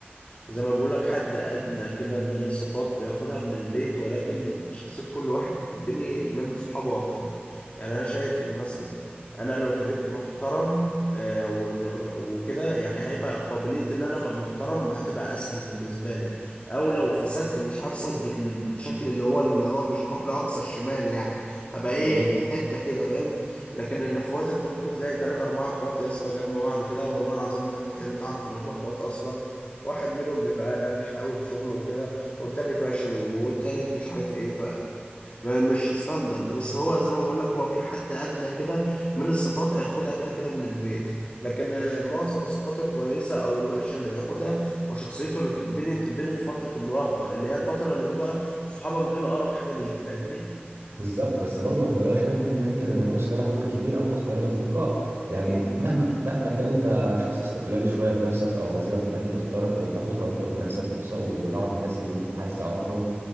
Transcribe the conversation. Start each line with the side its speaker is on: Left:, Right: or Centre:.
Left: زي ما بقولك حد أدنى كده من الصفات بياخدها من البيت ولكن شخصية كل واحد بتتبني من صحابه أكتر يعني أنا شايف إن مثلا أنا لو في بيت محترم آه، وإن- وكده يعني هيبقى قابلية إن أنا أبقى محترم هتبقى أسهل بالنسبة لي أو لو فسدت مش هفسد بال- بالشكل اللي هو اللي هو مش هروح لأقصى الشمال يعني هبقى
Right: بالظبط
Left: إيه في حتة كده فاهم لكن الإخوات أنت ممكن تلاقي تلاتة أربعة إخوات يا اسطى جنب بعض كده والله العظيم ما تح- ما تعرف إن هم إخوات أصلا واحد منهم بيبقى ناجح قوي في شغله وكده والتاني فاشل والتالت مش عارف ايه فمش ستاندرد بس هو زي ما بقول لك هو في حد ادنى كده من الصفات هياخدها كده كده من البيت لكن آه، معظم الصفات الكويسه او الوحشه اللي بياخدها وشخصيته اللي بتتبني بتتبني في فتره المراهقه اللي هي الفتره اللي بيبقى صحابك دول اقرب حاجه ليك فاهمني
Right: بالظبط بس برضو ما تقدرش ننكر ننكر ان الاسره لها دور كبير قوي في اختيار الاصدقاء يعني
Left: اكيد
Right: مهما مهما كان انت شخص استقلالي شويه بنفسك او مثلا بتحب تختار ت- تاخد قراراتك بنفسك وتص- وتعرف الناس اللي انت عايز تعرفهم